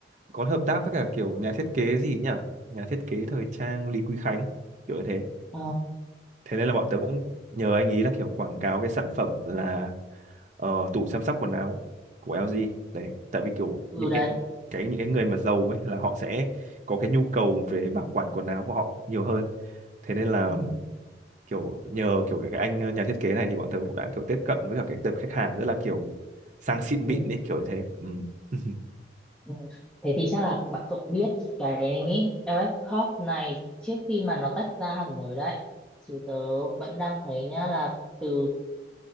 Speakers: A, on the right; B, in the centre.
A: có hợp tác với cả kiểu nhà thiết kế gì nhỉ? Nhà thiết kế thời trang Lý Quý Khánh kiểu như thế.
B: À,
A: thế nên là bọn tớ cũng nhờ anh ý là kiểu quảng cáo cái sản phẩm là ờ, tủ chăm sóc quần áo của LG đấy tại vì kiểu
B: ừ
A: những
B: đấy
A: cái cái những cái người mà giàu ấy là họ sẽ có cái nhu cầu về bảo quản quần áo của họ nhiều hơn thế nên là
B: ừ.
A: kiểu nhờ kiểu cái anh ờ, nhà thiết kế này thì bọn tớ cũng đã kiểu tiếp cận với cả cái tập khách hàng rất là kiểu sang xịn
B: Ừ.
A: mịn đi kiểu như thế ừ. <laughs>
B: Ừ. Thế thì chắc là bạn cậu biết cái LF Corp này trước khi mà nó tách ra hẳn rồi đấy. Chứ tớ vẫn đang thấy nhá là từ